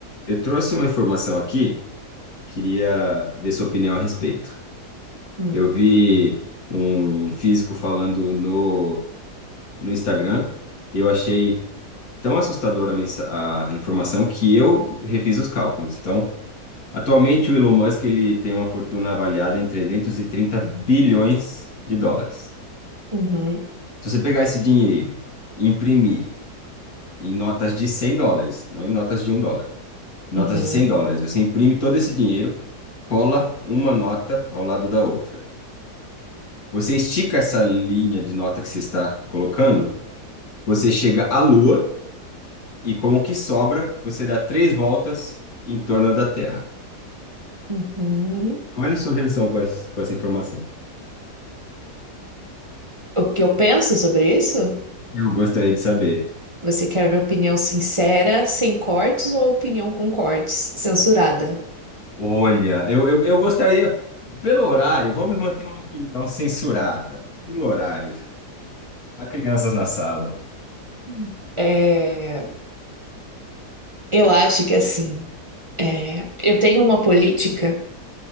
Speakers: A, on the left; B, on the right.
A: Eu trouxe uma informação aqui, queria ver sua opinião a respeito.
B: Hum.
A: Eu vi um físico falando no, no Instagram, e eu achei tão assustadora a, mensa- a informação que eu refiz os cálculos. Então, atualmente o Elon Musk ele tem uma fortuna avaliada em 330 bilhões de dólares.
B: Uhum,
A: Se você pegar esse dinheiro e imprimir em notas de 100 dólares, não em notas de um dólar, notas
B: uhum,
A: de 100 dólares. Você imprime todo esse dinheiro, cola uma nota ao lado da outra. Você estica essa linha de nota que você está colocando, você chega à Lua e com o que sobra, você dá três voltas em torno da Terra.
B: uhum.
A: Qual é a sua reação com essa, com essa informação?
B: O que eu penso sobre isso?
A: Eu gostaria de saber.
B: Você quer minha opinião sincera, sem cortes, ou opinião com cortes, censurada?
A: Olha, eu, eu, eu gostaria, pelo horário, vamos manter uma opinião censurada. Pelo horário, há crianças na sala.
B: Hum. É, eu acho que assim, é, eu tenho uma política,